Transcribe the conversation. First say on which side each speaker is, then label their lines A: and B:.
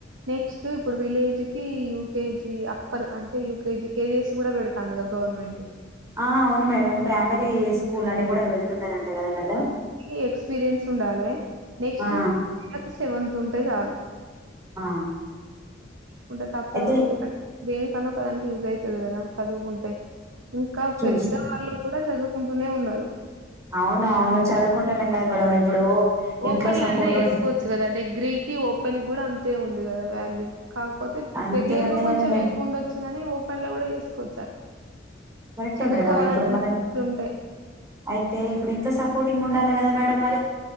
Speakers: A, on the right; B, on the right.
A: నెక్స్ట్ ఇప్పుడు విలేజ్కి యూకేజీ అప్పర్ అంటే యూకేజీ కేజీఎస్ కూడ పెడ్ తాందిగ గవర్నమెంట్
B: ఆ అవును మేడం ప్రైమరీ స్కూల్ అని కూడ పెడుతున్నరంట కద మేడం
A: కి ఎక్స్పీరియన్స్ ఉండాలె నెక్ట్స్
B: ఆ
A: సెవెంత్ ఉంటే చాలు
B: ఆ
A: కుంటే తప్పేముంది
B: అయితే
A: పట్టు దేనికన్న ఒకదానికి యూజ్ అయితది కదా చదువుకుంటే ఇంకా
B: చూస్
A: పెద్ద వాళ్ళు కూడా చదువుకుంటూనే ఉన్నారు
B: అవునవును చదువుకుంటున్నాం కదా మేడం ఇప్పుడు ఇంట్లో
A: ఓపెన్ల
B: సపోర్ట్
A: అన్న చేసుకోవచ్చు
B: ఉ
A: కదా డిగ్రీకి ఓపెన్ కూడా అంతే ఉంది కదా వాల్యూ కాకపోతే
B: అంతే
A: రెగ్యులర్గ
B: ఉంది కాని
A: కొంచెం
B: మే
A: ఎక్కువ ఉండొచ్చు కాని ఓపెన్ల కూడ చూ
B: కరెక్టే
A: చదువుకోవాలంటే
B: మేడం ఇప్పుడు మన
A: ఫుల్లు ఉంటయి
B: అయితే ఇప్పుడు ఇంత సపోర్టింగ్ ఉండాలె కద మేడం మరి